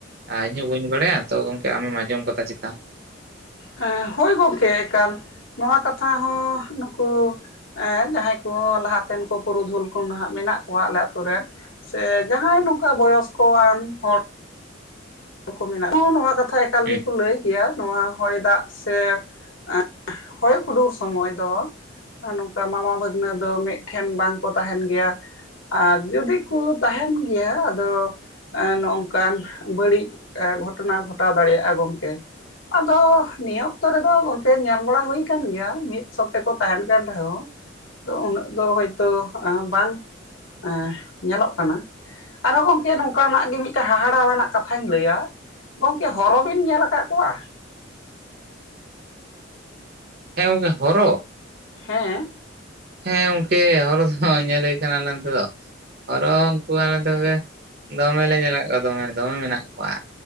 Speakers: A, on the right; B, on the left.
A: ᱟ ᱤᱧ ᱦᱚᱸ ᱵᱟᱹᱧ ᱵᱟᱲᱟᱭᱟ ᱛᱚ ᱜᱚᱝᱠᱮ ᱟᱢᱮᱢ ᱟᱸᱡᱚᱢ ᱠᱟᱫᱟ ᱪᱮᱛᱟ?
B: ᱮᱸ ᱦᱳᱭ ᱜᱚᱝᱠᱮ ᱮᱠᱟᱞ ᱱᱚᱣᱟ ᱠᱟᱛᱷᱟ ᱦᱚᱸ ᱱᱩᱠᱩ ᱮᱸ ᱡᱟᱦᱟᱸᱭ ᱠᱚ ᱞᱟᱦᱟᱛᱮᱱ ᱠᱚ ᱯᱩᱨᱩᱫᱷᱩᱞ ᱠᱚ ᱱᱟᱦᱟᱜ ᱢᱮᱱᱟᱜ ᱠᱚᱣᱟ ᱟᱞᱮ ᱟᱛᱩ ᱨᱮᱱ᱾ ᱥᱮ ᱡᱟᱦᱟᱸᱭ ᱱᱚᱝᱠᱟ ᱵᱚᱭᱚᱥ ᱠᱚᱣᱟᱱ ᱦᱚᱲ ᱠᱚ ᱢᱮᱱᱟᱜ ᱠᱩ ᱱᱚᱣᱟ ᱠᱟᱛᱷᱟ ᱮᱠᱟᱞ
A: ᱦᱩᱸ
B: ᱜᱮᱠᱚ ᱞᱟᱹᱭ ᱜᱮᱭᱟ᱾ ᱱᱚᱣᱟ ᱦᱚᱭ ᱫᱟᱜ ᱥᱮ ᱮᱸ ᱦᱚᱭ ᱦᱩᱰᱩᱨ ᱥᱚᱢᱚᱭ ᱫᱚ ᱟ ᱱᱚᱝᱠᱟ ᱢᱟᱢᱟ ᱵᱷᱟᱹᱜᱽᱱᱟᱹ ᱫᱚ ᱢᱤᱫ ᱴᱷᱮᱱ ᱵᱟᱝᱠᱚ ᱛᱟᱦᱮᱱ ᱜᱮᱭᱟ᱾ ᱟᱨ ᱡᱩᱫᱤ ᱠᱩ ᱛᱟᱦᱮᱱ ᱜᱮᱭᱟ ᱟᱫᱚ ᱮᱸ ᱱᱚᱜᱼᱚᱠᱟᱱ ᱵᱟᱹᱲᱤᱡ ᱮ ᱜᱷᱚᱴᱚᱱᱟ ᱜᱷᱚᱴᱟᱣ ᱫᱟᱲᱮᱭᱟᱜᱼᱟ ᱜᱚᱝᱠᱮ᱾ ᱟᱫᱚ ᱱᱤᱭᱟᱹ ᱚᱠᱛᱚ ᱨᱮᱫᱚ ᱜᱚᱝᱠᱮ ᱧᱮᱞ ᱵᱟᱲᱟ ᱦᱩᱭ ᱠᱟᱱ ᱜᱮᱭᱟ ᱢᱤᱫ ᱥᱚᱛᱮᱠᱚ ᱛᱟᱦᱮᱱ ᱠᱟᱱ ᱨᱮᱦᱚᱸ ᱛᱚ ᱩᱱᱟᱹᱜ ᱫᱚ ᱦᱚᱭᱛᱚ ᱵᱟᱝ ᱮᱸ ᱧᱮᱞᱚᱜ ᱠᱟᱱᱟ ᱟᱨᱦᱚᱸ ᱜᱚᱝᱠᱮ ᱱᱚᱝᱠᱟᱱᱟᱜ ᱜᱮ ᱢᱤᱫ ᱴᱮᱱ ᱦᱟᱦᱟᱲᱟᱣᱟᱱᱟᱜ ᱠᱟᱛᱷᱟᱧ ᱞᱟᱹᱭᱟ ᱜᱚᱝᱠᱮ ᱦᱚᱨᱚ ᱵᱤᱱ ᱧᱮᱞ ᱟᱠᱟᱜ ᱠᱚᱣᱟ?
A: ᱦᱮᱸ ᱜᱚᱝᱠᱮ ᱦᱚᱨᱚ᱾
B: ᱦᱮᱸ
A: ᱦᱮᱸ ᱜᱚᱝᱠᱮ ᱦᱚᱨᱚ ᱫᱚ ᱧᱮᱞ ᱦᱩᱭᱩᱜ ᱠᱟᱱᱟ ᱟᱞᱮ ᱚᱱᱛᱮ ᱫᱚ᱾ ᱦᱚᱨᱚ ᱩᱱᱠᱩᱣᱟᱜ ᱱᱟ. ᱛᱩ ᱥᱮᱫ ᱫᱚᱢᱮ ᱞᱮ ᱧᱮᱞ ᱟᱠᱟᱫᱟ ᱠᱚᱣᱟ ᱫᱚᱢᱮᱼᱫᱚᱢᱮ ᱢᱮᱱᱟᱜ ᱠᱚᱣᱟ᱾